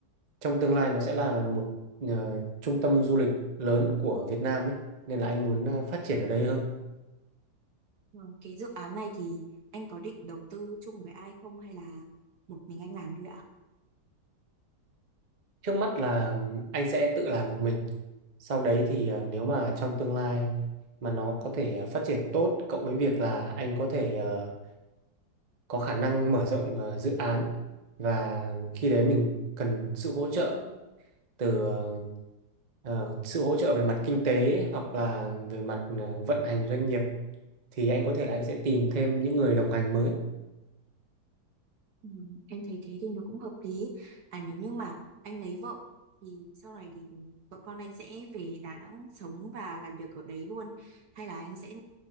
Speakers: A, on the right; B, on the right.
A: trong tương lai nó sẽ là một ờ, trung tâm du lịch lớn của Việt Nam ấy, nên là anh muốn ờ, phát triển ở đây hơn.
B: Ờ, cái dự án này thì anh có định đầu tư chung với ai không hay là một mình anh làm thôi ạ
A: Trước mắt là ừm, anh sẽ tự làm một mình. Sau đấy thì ờ, nếu mà trong tương lai mà nó có thể ờ, phát triển tốt cộng với việc là anh có thể ờ, có khả năng mở rộng ờ, dự án và khi đấy mình cần sự hỗ trợ từ ờ, ờ, sự hỗ trợ về mặt kinh tế hoặc là về mặt ờ, vận hành doanh nghiệp thì anh có thể là anh sẽ tìm thêm những người đồng hành mới.
B: Ừ, em thấy thế thì nó cũng hợp lý. À nếu như mà anh lấy vợ thì sau này thì vợ con anh sẽ về Đà Nẵng sống và làm việc ở đấy luôn hay là anh sẽ